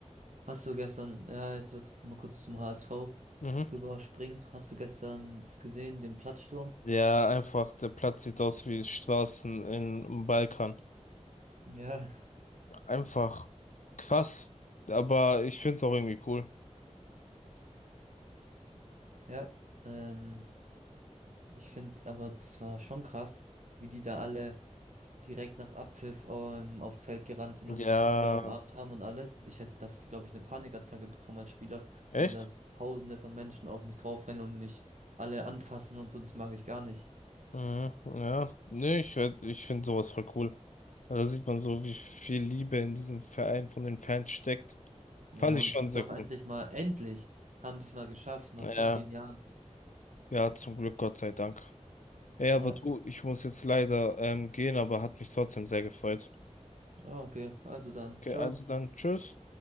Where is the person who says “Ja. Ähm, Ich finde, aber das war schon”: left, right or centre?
Right